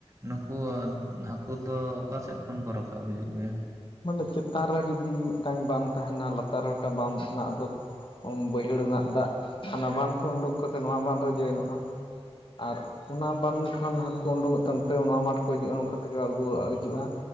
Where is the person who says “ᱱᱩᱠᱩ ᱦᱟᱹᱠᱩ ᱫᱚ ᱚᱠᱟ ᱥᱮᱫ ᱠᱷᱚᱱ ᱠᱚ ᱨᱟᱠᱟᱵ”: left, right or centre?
Right